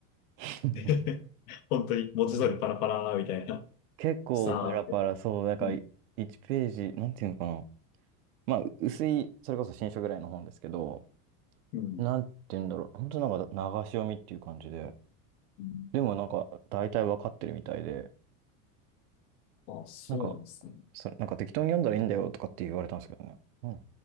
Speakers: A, on the right (about 75°); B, on the left (about 75°).
A: <laughs>
B: <laughs> 本当に文字通りパラパラみたいな。
A: うん結構パラパラ、
B: さーって。
A: そう、なんかい1ページ、
B: うん。
A: なんていうのかな。まあ、う薄い、それこそ新書ぐらいの本ですけど、
B: うん。
A: なんていうんだろう。本当なんか流し読みっていう感じで、
B: うん
A: でもなんか大体わかってるみたいで、
B: あ、そうなんですね。
A: なんか、それ、なんか適当に読んだらいいんだよとかって言われたんですけどね。うん。